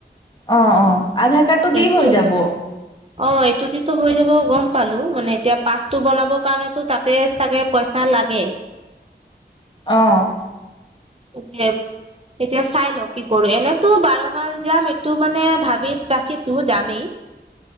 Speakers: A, on the left; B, on the right.
A: অ' অ' আধাৰ কাৰ্ডটো
B: সেইটোৱে।
A: দি হৈ যাব
B: <unintelligible> <inaudible> অ' এইটোটিতটো হৈ যাব গম পালো মানে এতিয়া পাচটো বনাবৰ কাৰণেতো তাতে চাগে পইচা লাগে
A: অ'
B: <unintelligible> এতিয়া চাই লও কি কৰো এনেতো বাৰ মাল যাম এইটো মানে ভাবি ৰাখিছো যামেই